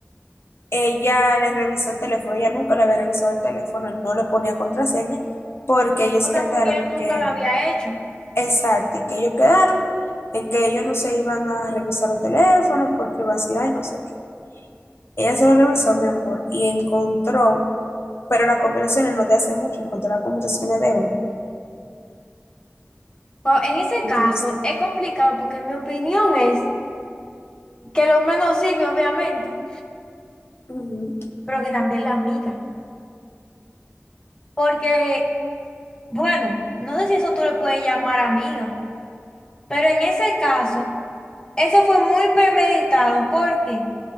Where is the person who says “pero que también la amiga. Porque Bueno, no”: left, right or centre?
Left